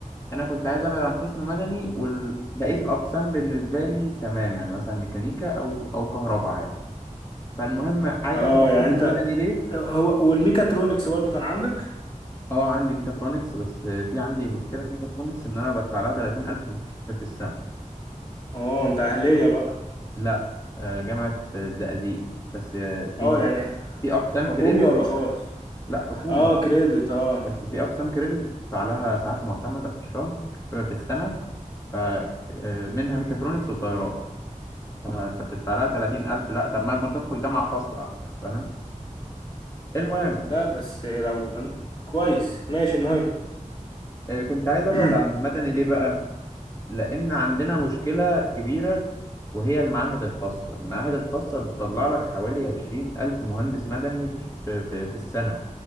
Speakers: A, on the left; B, on the left.
A: انا كنت عايز ابعد عن قسم مدني وبقيه الاقسام بالنسبه لي تمام يعني مثلا ميكانيكا او او كهرباء عادي فالمهم عايز
B: اه
A: ابعد عن
B: يعني
A: قسم
B: انت
A: مدني ليه
B: هو والميكاترونكس برضو كان عندك
A: اه عندي ميكاترونكس بس في عندي مشكله في ميكاترونكس ان انا بدفع لها 30000 في في السنه
B: اه انت اهليه بقى
A: لا آه، جامعه الزقازيق بس آه، في
B: اه يعني
A: في
B: ح-
A: اقسام
B: حكومي
A: كريدت
B: ولا خاص
A: لا حكومي
B: اه كريدت اه
A: بس في أقسام كريدت بتدفع لها ساعات معتمدة في الشهر آه، في السنة ف آه، منها ميكاترونكس وطيران فأنت بتدفع لها 30000 لا طب ما أنا كنت أدخل جامعة خاصة أحسن فاهم المهم
B: لا بس لو أم- كويس ماشي المهم
A: آه. آه، كنت عايز أبعد
B: <clears throat>
A: عن مدني ليه بقى؟ لأن عندنا مشكلة كبيرة وهي المعاهد الخاصة المعاهد الخاصة بتطلع لك حوالي 20000 مهندس مدني في, الش- آه، في, في السنة